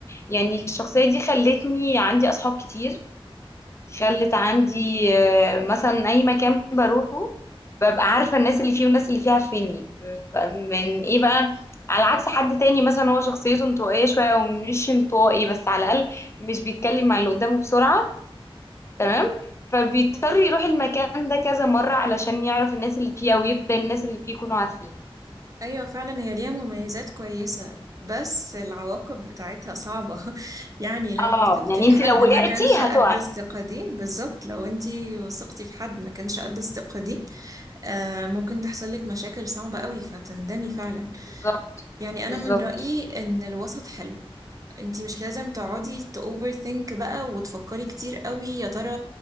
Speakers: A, on the left (about 30°); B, on the right (about 35°).
A: يعني الشخصية دي خلتني عندي اصحاب كتير خلت عندي آه، مثلا اي مكان بروحه ببقى عارفة الناس اللي فيه والناس اللي فيه عارفيني من ايه بقى على عكس حد تاني مثلا هو شخصيته انطوائية شوية ومش انطوائي بس على الأقل مش بيتكلم مع اللي قدامه بسرعة تمام فبيضطر يروح المكان ده كذا مرة علشان يعرف الناس اللي فيه أو يبدأ الناس اللي فيه يكونوا عارفينه
B: ايوه فعلا هي ليها مميزات كويسة بس العواقب بتاعتها صعبة <laughs> يعني لو
A: اه
B: وثقتي
A: يعني
B: في
A: انت
B: حد
A: لو وقعتي
B: ما كانش
A: هتقعي
B: قد الثقة دي بالظبط لو انتي وثقتي في حد ما كانش قد الثقة دي آه ممكن تحصل لك مشاكل صعبة قوي فتندمي فعلا
A: بالظبط
B: يعني انا
A: بالظبط
B: من رأيي ان الوسط حلو انتي مش لازم تقعدي تأوفر ثينك بقى وتفكري كتير قوي يا ترى